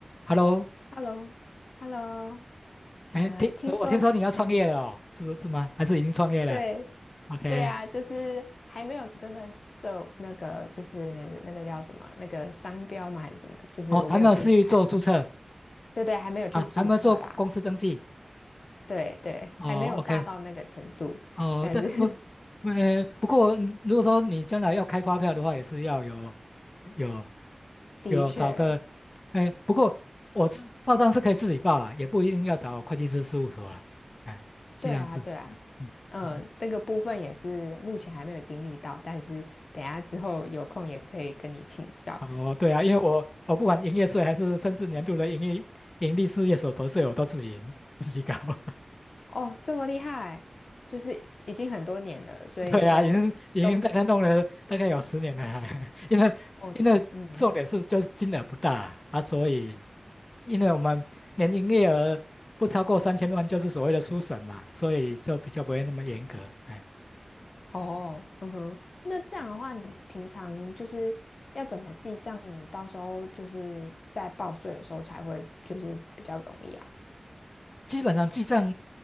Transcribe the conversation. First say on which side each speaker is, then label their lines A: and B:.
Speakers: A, on the left (about 35°); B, on the left (about 75°).
A: Hello，
B: Hello，Hello，啊，
A: 哎，听呃我听说你要创业了哦，
B: 听说，哎，
A: 是不是吗？还是已经创业了
B: 对，
A: ？OK，
B: 对啊，就是还没有真的受那个，就是那个叫什么，那个商标嘛还是什么，就是我没有去，
A: 哦，还没有去做注册
B: 还，对对，还没有去注册啦，
A: 啊，还没有做公公司登记。
B: 对对，
A: 哦，OK，
B: 还没有大到那个程度，
A: 哦，
B: 但是
A: 对，不，呃，不过嗯如果说你将来要开发票的话，也是要有有
B: <laughs> 的确，
A: 有找个，哎，不过我是报账是可以自己报啦，也不一定要找会计师事务所啦。哎，这样是，
B: 对啊，对啊，
A: 嗯
B: 嗯，
A: o k
B: 那个部分也是目前还没有经历到，但是等一下之后有空也可以跟你请教。
A: 哦，对啊，因为我我不管营业税还是甚至年度的营业盈利事业所得税，我都自己自己搞。<laughs>
B: 哦，这么厉害，就是已经很多年了，所以都都
A: 对啊，已经已经大概弄了大概有十年了，<laughs> 因为因为重点是就是金额不大啊，
B: 哦，嗯，
A: 啊所以因为我们年营业额不超过三千万就是所谓的书审嘛，所以就比较不会那么严格。哎，
B: 哦，嗯哼，那这样的话，你平常就是要怎么记账？你到时候就是在报税的时候才会就是比较容易啊。
A: 基本上记账，